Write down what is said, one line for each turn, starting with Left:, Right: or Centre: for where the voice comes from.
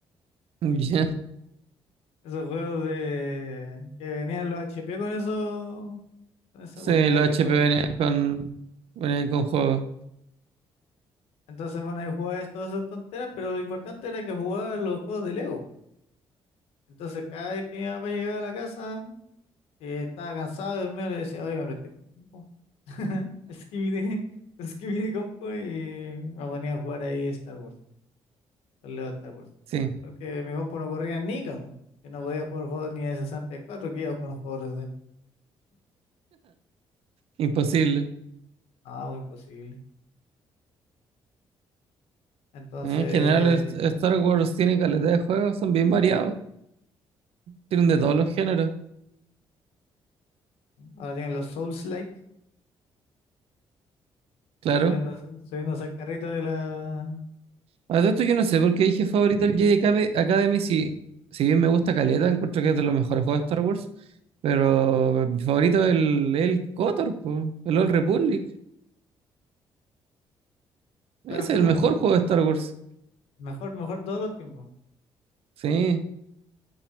Right: <laughs> Ya.
Left: esos juegos de que venían los HP con eso, con ese
Right: Sí,
Left: portal
Right: los
Left: de
Right: HP
Left: juegos.
Right: venían con. venían con juegos.
Left: Entonces, bueno, ahí jugaba es- todas esas tonteras, pero lo importante era que jugaba los juegos de Lego. Entonces, cada vez que mi papá llegaba a la casa, Eh, estaba cansado de dormir, le decía, oye, me presté tu compu. <laughs> Escribí de compu y me ponía a jugar ahí Star Wars, el Lego Star Wars.
Right: Sí.
Left: Porque mi compu no corría ni cabo. Yo no podía jugar juegos ni de 64, que iba a jugar un juego de...
Right: Imposible.
Left: No, muy posible. Entonces,
Right: En general, es- Star Wars tiene calidad de juegos, son bien variados. Tienen de todos los géneros.
Left: ahora tienen los Souls-like,
Right: Claro.
Left: subiendo, subiendo al carrito de la...
Right: A todo esto yo no sé por qué dije favorito el Jedi Academy, Academy, si, si bien me gusta Caleta, encuentro que es de los mejores juegos de Star Wars, pero mi favorito es el, el KOTOR, po, el Old Republic. Ese
Left: Claro,
Right: es
Left: <laughs>
Right: el mejor juego de Star Wars.
Left: mejor, mejor todos los tiempos.
Right: Sí,